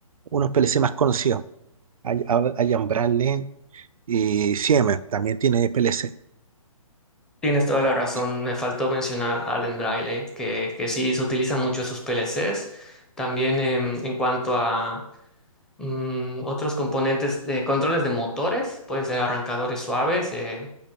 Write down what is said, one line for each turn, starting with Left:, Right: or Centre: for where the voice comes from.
Right: uno de los PLC más conocidos. Hay, hay hay Ambral y Siemens también tiene PLC.
Centre: Tienes toda la razón.
Right: Y,
Centre: Me faltó mencionar a Allen Briley, que, que sí se utilizan mucho sus PLCs. También em, en cuanto a mm, otros componentes, eh, controles de motores, puede ser arrancadores suaves, eh,